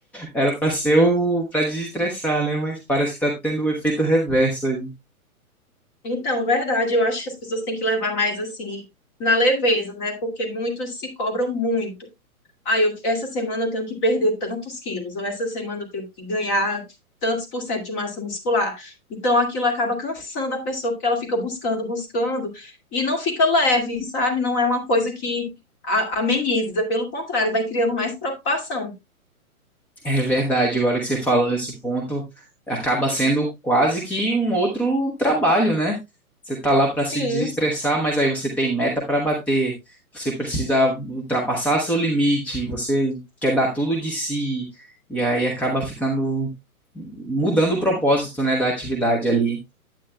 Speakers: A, in the centre; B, on the left (about 25°).
A: era para ser o, para desestressar, né? Mas parece que tá tendo o efeito reverso aí.
B: Então, verdade, eu acho que as pessoas têm que levar mais assim na leveza, né? Porque muitos se cobram muito ah, eu, essa semana eu tenho que perder tantos quilos, ou essa semana eu tenho que ganhar tantos por cento de massa muscular. Então aquilo acaba cansando a pessoa, porque ela fica buscando, buscando, e não fica leve, sabe? Não é uma coisa que a- ameniza, pelo contrário, vai criando mais preocupação.
A: É verdade, agora que você falou nesse ponto, acaba sendo quase que um outro trabalho, né? Você tá lá para
B: Sim,
A: se desestressar, mas aí você tem meta para bater, você precisa ultrapassar seu limite, você quer dar tudo de si, e aí acaba ficando mudando o propósito, né, da atividade ali.